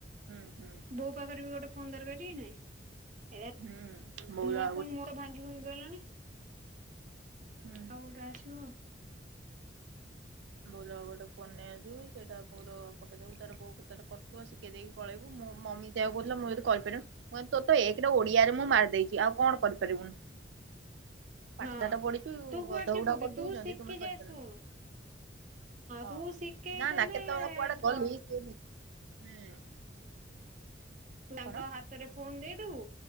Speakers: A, on the right; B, on the right.
A: ହୁଁ ହୁଁ।
B: ବୋଉ ପାଖରେ ବି ଗୋଟେ ଫୋନ୍ ଦରକାର କି ନାଇଁ। ଏ
A: ହୁଁ ବୋଉ
B: ନୂଆ
A: ଆଉ
B: ଫୋନ୍
A: ଗୋଟେ
B: ମୋର ଭାଙ୍ଗି ଭାଙ୍ଗି ଗଲାଣି।
A: ହୁଁ
B: ଆଉ ଗୋଟେ ଆସିବ।
A: ବୋଉର ଆଉ ଗୋଟେ ଫୋନ୍ ନେଇ ଆସିବି ସେଟା ବୋଉର ପକେଇ ଦେବୁ ତାର ବୋଉ ତାର କରୁଥୁବ ଶିକେଇ ଦେଇକି ପଳେଇବୁ। ମୋ ମମି ଦେଅ <unintelligible> କହୁଥିଲା ମୁଁ ଯଦି କରିପାରିମି ମୁଁ କହିନି ତୋର ତ ଏକରେ ଓଡିଆରେ ମୁଁ ମାରି ଦେଇଚି ଆଉ କଣ କରିପାରିବୁନୁ। ପାଠଷାଠ
B: ହଁ
A: ପଢିଚୁ
B: ତୁ କୁଆଡେ
A: ଗଧଗୁଡା
B: ଯିବୁ କି
A: କରିଦଉଚନ୍ତି
B: ତୁ ଶିଖି
A: ତୁମେ
B: ଯାଏ
A: କରିପାରୁ
B: ଶୁଣୁ
A: ହଁ
B: ତୁ ଶିଖେଇ
A: ନା
B: ଦେଲେ
A: ନା କେତେବେଳେ କୁଆଡେ
B: ତୁ
A: ଗଲି ସେ ନି ହୁଁ
B: ତାଙ୍କ
A: କଣ
B: ହାତରେ ଫୋନ୍ ଦେଇଦବୁ